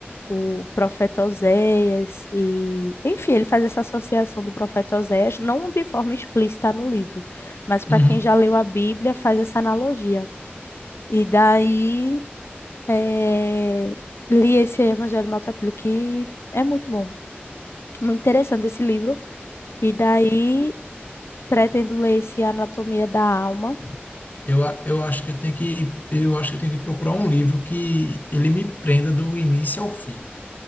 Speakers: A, on the left; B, on the left.
A: o profeta Oséias e, enfim, ele faz essa associação do profeta Oséias, não de forma explícita no livro, mas para
B: Uhum.
A: quem já leu a Bíblia, faz essa analogia. E daí eh, li esse Evangelho Maltrapilho, que é muito bom, muito interessante esse livro. E daí pretendo ler esse Anatomia da Alma.
B: Eu, a- eu acho que eu tenho que, eu acho que eu tenho que procurar um livro que ele me prenda do início ao fim,